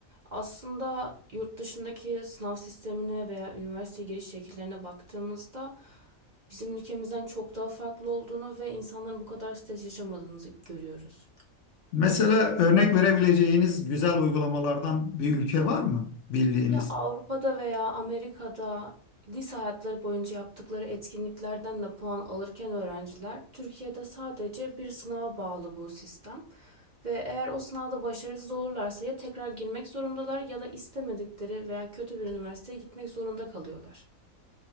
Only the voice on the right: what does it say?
Aslında yurt dışındaki sınav sistemine veya üniversite giriş şekillerine baktığımızda bizim ülkemizden çok daha farklı olduğunu ve insanların bu kadar stres yaşamadığını görüyoruz.
Ya Avrupa'da veya Amerika'da lise hayatları boyunca yaptıkları etkinliklerden de puan alırken öğrenciler, Türkiye'de sadece bir sınava bağlı bu sistem. Ve eğer o sınavda başarısız olurlarsa ya tekrar girmek zorundalar ya da istemedikleri veya kötü bir üniversiteye gitmek zorunda kalıyorlar.